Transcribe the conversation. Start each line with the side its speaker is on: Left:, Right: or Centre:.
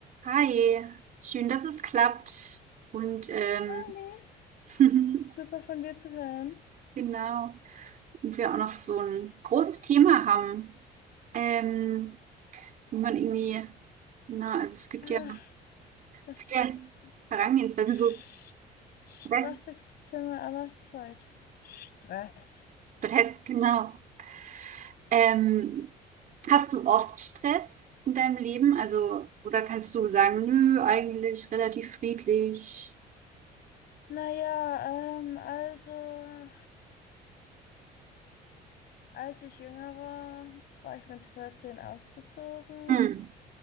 Right: Hi, schön, dass es klappt. Und ähm,
Left: Hi Lies,
Right: <laughs>
Left: super von dir zu hören.
Right: genau, und wir auch noch so ein großes Thema haben, ähm, wie man irgendwie, na, also es gibt
Left: Ah,
Right: ja
Left: das
Right: viele Herangehensweisen,
Left: st-
Right: so
Left: stressigste
Right: Stress,
Left: Zimmer aller Zeit. Stress.
Right: Stress, genau. Ähm, hast du oft Stress in deinem Leben? Also, oder kannst du sagen, nö, eigentlich relativ friedlich?
Left: Naja, ähm, also, als ich jünger war, war ich mit 14 ausgezogen.
Right: Hm.